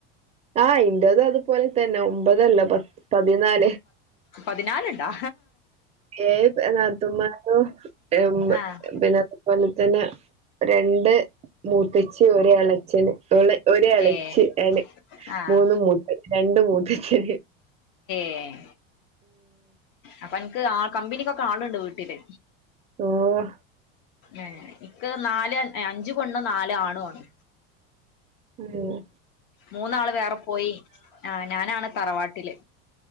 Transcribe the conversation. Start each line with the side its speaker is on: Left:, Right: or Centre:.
Right: ആഹ് ഇന്റെത് അതുപോലെ തന്നെ ഒമ്പതല്ല പ പതിനാല്
Left: പതിനാലിണ്ടാ
Right: ഏയ് നാത്തൂന്മാരും ഏഹ്
Left: ആഹ്
Right: പിന്നെ അത് പോലെ തന്നെ രണ്ട് മൂത്തച്ചി ഒരു ഇളേച്ചന് ഓള് ഒരു ഇളേച്ചി
Left: ഏഹ്
Right: ആണ്
Left: ആഹ്
Right: മൂന്ന് മൂത്ത രണ്ട് മൂത്തച്ചി
Left: ഏഹ് അപ്പ അൻക്ക് ആ കമ്പനിക്കൊക്കെ ആളിണ്ട് വീട്ടില്
Right: ഓഹ്
Left: ഏഹ് ഇക്ക് നാല് അഞ്ചു പെണ്ണും നാലാണു ആണ്
Right: ഏഹ്
Left: മൂന്നാള് വേറെ പോയി ആഹ് ഞാനാണ് തറവാട്ടില്